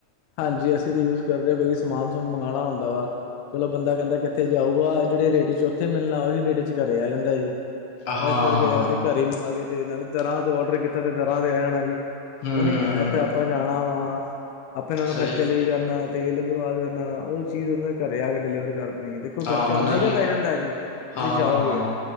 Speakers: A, on the left; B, on the left.
A: ਹਾਂਜੀ। ਅਸੀਂ ਤਾਂ ਯੂਜ ਕਰਦੇ ਹਾਂ ਕੋਈ ਸਮਾਨ- ਸਮੂ ਮੰਗਵਾਉਣਾ ਹੁੰਦਾ ਵਾ। ਚਲੋ ਬੰਦਾ ਕਹਿੰਦਾ ਕਿੱਥੇ ਜਾਊਗਾ ਜਿਹੜੇ ਰੇਟ 'ਚ ਉੱਥੇ ਮਿਲਣਾ। ਉਹੀ ਰੇਟ ਚ' ਘਰੇ ਆ ਜਾਂਦਾ ਜੀ।
B: ਹਾਂ ਹਾਂ
A: ਇਸ ਕਰਕੇ ਅਸੀਂ ਘਰੇ ਹੀ ਮੰਗ ਲਈ ਤੇ ਨਾਲੇ ਘਰਾਂ ਤੋਂ ਔਡਰ ਕੀਤਾ ਤੇ ਘਰਾਂ ਤੇ ਆ ਜਾਣਾ ਜੀ।
B: ਹੂੰ-ਹੂੰ
A: ਕ ਨਹੀਂ ਇੱਥੇ ਆਪਾਂ ਜਾਣਾ ਵਾ। ਆਪਣੇ ਨਾਲ ਨੂੰ
B: ਸਹੀ
A: ਖੱਜਲ ਵੀ ਕਰਨਾ। ਤੇਲ ਬਰਬਾਦ ਕਰਨਾ। ਉਹ ਚੀਜ਼ ਉਹ ਦੇ ਘਰੇ ਆ ਕੇ ਡਿਲੀਵਰ ਕਰ। ਨਹੀਂ, ਦੇਖੋ ਖਰਚਾ
B: ਹਾਂ
A: ਓਨਾੇ
B: ਨਾਲੇ
A: ਹੀ ਪੈ ਜਾਂਦਾ ਜੀ। ਤੁਸੀਂ
B: ਹਾਂ-ਹਾਂ
A: ਜਾਓਗੇ।